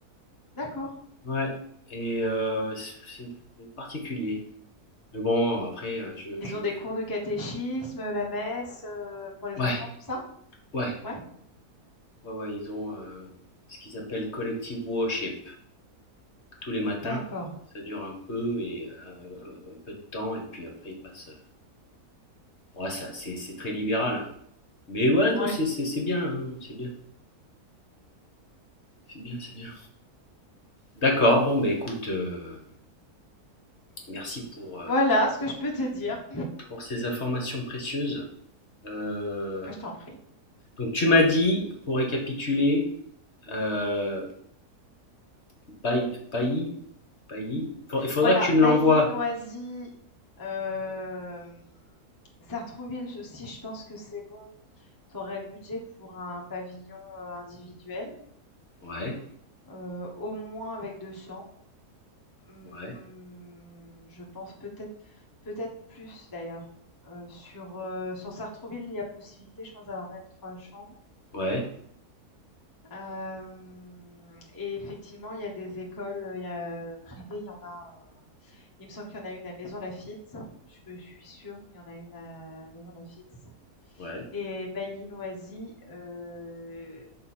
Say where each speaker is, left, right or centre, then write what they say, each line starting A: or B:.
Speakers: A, on the left (about 15°); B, on the left (about 45°).
A: D'accord.
B: Ouais. Et euh, c'est c'est particulier. Mais bon, après, euh, je,
A: Ils
B: je...
A: ont des cours de catéchisme, la messe, euh, pour les
B: Ouais,
A: enfants, tout ça?
B: ouais,
A: Ouais.
B: ouais, ouais, ils ont euh, ce qu'ils appellent collective worship tous les matins.
A: D'accord.
B: Ça dure un peu et euh, un peu de temps et puis après ils passent. euh, Ouais, ça, c'est c'est très libéral, hein. Mais ouais,
A: Ouais.
B: non, c'est c'est- c'est bien, hein, non, c'est bien, c'est bien, c'est bien. D'accord. Bon, bah écoute, euh, merci pour euh,
A: Voilà ce que je peux te dire.
B: pour ces informations précieuses. Euh,
A: <laughs> Je t'en prie.
B: donc tu m'as dit, pour récapituler, euh, Bailly, Bailly, Bailly, il faudra
A: Voilà,
B: que tu me
A: Bailly,
B: l'envoies.
A: Noisy, hem, Sartrouville aussi, je pense que c'est bon. Tu aurais le budget pour un pavillon, heu, individuel,
B: Ouais,
A: heu, au moins avec 2 chambres. Mmh,
B: ouais,
A: je pense peut-être peut-être plus d'ailleurs, heu, sur, heu, sur Sartrouville, il y a possibilité, je pense, d'avoir même 3 chambres.
B: ouais,
A: Hem et effectivement, il y a des écoles, heu, il y a, euh, privées, il y en a, heu, il me semble qu'il y en a une à Maisons-Laffitte, je je suis sûre, qu'il y en a une à Maisons-Laffitte
B: ouais,
A: et Bailly-Noisy, heu,